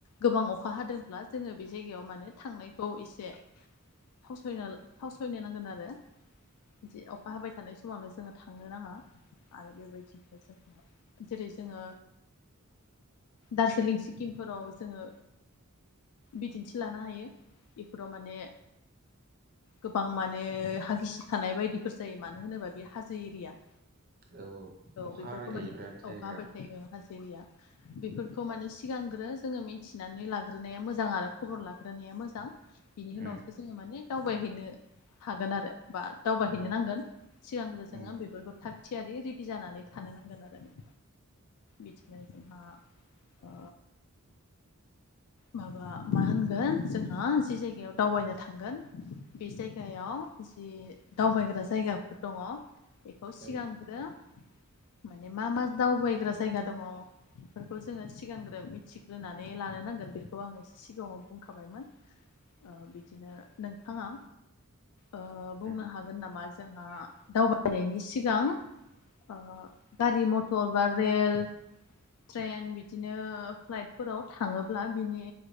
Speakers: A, on the left; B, on the right.
A: गोबां अखा हादोंब्ला जोङो बे जायगायाव माने थांनायखौ एसे फावसना-फावसयनो नांगोन आरो बिदि अखा हाबाय थानाय समावनो जोङो थांनो नाङा आरो बेबायदिनो जों जेरै जोङो दार्जिलिं सिक्किमफोराव जोङो बिदिन्थि लानो हायो बेफोराव माने गोबां माने हा गिसिखानाय बायदिफोर जायो मानो होनोबा बेयो हाजो एरिया
B: औ औ अखा
A: बेफोरखौ
B: हाबाय
A: माने
B: थायो बिराद जायगाया
A: अखा हाबाय थायो हाजो एरिया बेफोरखौ माने सिगांग्रो जोङो मिथिनानै लाग्रोनाया मोजां आरो खबर लाग्रोनाया मोजां बिनि
B: उम
A: उनावसो जोङो माने दावबायहैनो हागोन आरो बा दावबायहैनो
B: उम
A: नांगोन सिगांग्रोजों
B: उम
A: आं बेफोरखौ थाग थियारि रेडि जानानै थानो नांगोन आरो नों बिदिनो‌ जोंहा ओ माबा मा होनगोन जोंहा जि जायगायाव दावबायनो थांगोन। बे जायगायाव जि दावबायग्रा जायगाफोर दङ। बेखौ सिगांगांग्रो
B: उम ओ
A: माने मा मा दावबायग्रा जायगा दङ। बेफोरखौ जोङो सिगांग्रो मिथिग्रोनानै लानो नांगोन बेखौ आङो सिगाङाव बुंखाबायमोन ओ बिदिनो नोंथाङा ओ बुंनो
B: उम
A: हागोन नामा जोंहा दावबायनायनि सिगां ओ गारि मथर बा रेल ट्रेन बिदिनो फ्लाइटफोराव थाङोब्ला बिनि